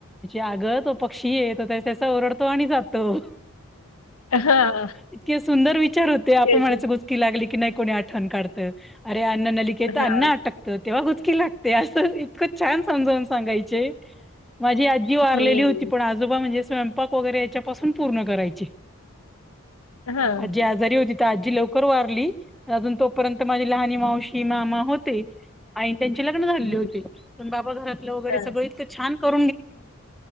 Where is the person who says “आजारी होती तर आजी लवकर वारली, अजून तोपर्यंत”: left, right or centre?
Centre